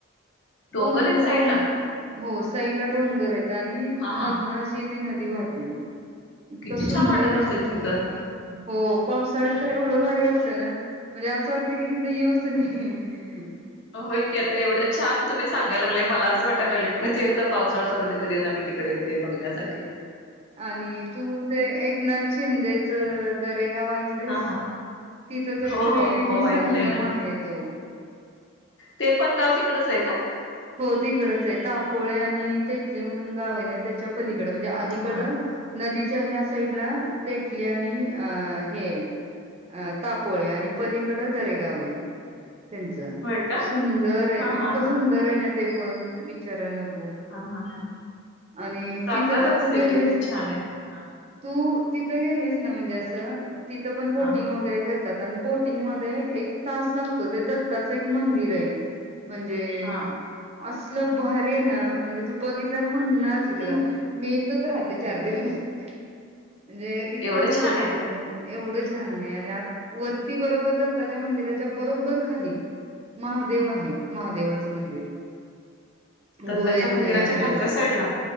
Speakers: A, on the left; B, on the right.
A: डोंगर
B: पूर्ण
A: आहेत
B: तेव्हा
A: साईड ला
B: हो साईडला डोंगर हाईत आणि
A: हा
B: मदन
A: हा
B: अशी ती नदी वाहते. इतकं
A: किती
B: सुंदर
A: छान वाटत
B: आहे.
A: असेल तिथं.
B: हो पावसाळ्यात तर एवढं भारी वाटतं ना म्हणजे असं वाटतं कि तिथंन येऊच नये. <unintelligible>
A: हो की आता एवढं छान तुम्ही सांगायला लागलाय मला असं वाटायलागलय कधी एकदा पावसाळा चालू ते कधी एकदा मी तिकडे इथे बघण्यासाठी ते.
B: आणि तू ते एकनाथ शिंदेच दरेगाव ऐकलस?
A: हा हा.
B: तिथं तर
A: हो
B: त्रिवेणी
A: हो हो
B: संगम
A: ऐकलंय ना
B: आहे त हो.
A: ते पण गाव तिकडच आहे का?
B: हो तिकडच आहे तापोळे आणि तेटली म्हणून गाव आहे ना त्याच्या पलीकड म्हणजे अलीकड
A: हा.
B: नदी त्या हा साईडला ते कले आणि अ हे अ. तापोळे आणि पलीकडं दरेक जावेय त्यांच
A: होय का
B: सुंदर आहे
A: हा
B: इतकं
A: हा हा.
B: सुंदर ते पण विचारायला न
A: हा हा हा.
B: आणि
A: सातारा
B: तिथ तर तू
A: सिटी
B: गेलेस
A: खूप छान आहे. हा
B: तू तिथं गेलेच ना म्हणजे असं तिथं पण बोटिंग
A: हा हा.
B: वगैरे करतात बोटिंग मध्ये एक तास लागतो ते दत्ताचं एक मंदिर आहे म्हणजे
A: हा
B: असलं भर ना म्हणजे तू बघितलं नरकी
A: तिकडं
B: मी च राहते चार दिवस म्हणजे इतकं
A: एवढं
B: भारी
A: छान
B: वाटतं
A: आहे.
B: एवढं छान आहे आणि आ वरती बरोबर दत्ताच्या मंदिराच्या बरोबर खाली महादेव आहे महादेवाचा मंदिर
A: दत्ताच्या
B: गुहेत
A: मंदिराच्या
B: नाही अस
A: खालच्या
B: ज
A: साईडला